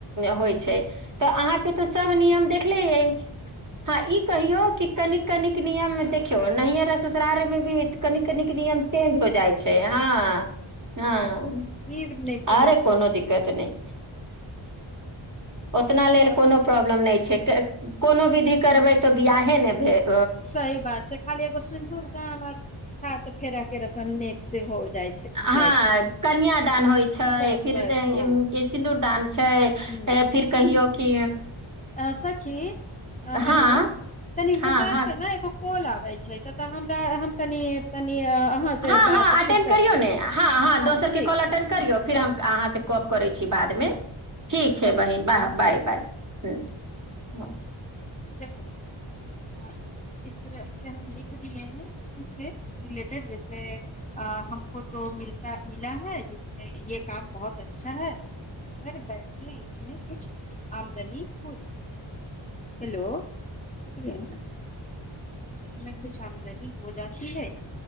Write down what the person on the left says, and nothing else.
ई नहि कहल
और
सही बात छै खाली एगो सुिन्दूर दानर साथ फेरा के रसम ने से हो जाइ छै
जाइ छै,
बस
बस हँ
हूँ
अ सखी
हेलो तनी
हमरा
आरके ने एगो कोल आबै छै तऽ हमरा तनि अहाँ
से बात
फुर्सत
से
करब
ठीक
छै
चलू
देख ह इस तरह से हम लिख दए है इसी से रिलेटेड जैसे हमको तो मता मिला है जिसमे ये काम बहुत अच्छा है घर बैठे इसमे कुछ आमदनी होत हेलो क इसमे खुछ आमदनी हो जाी ह इस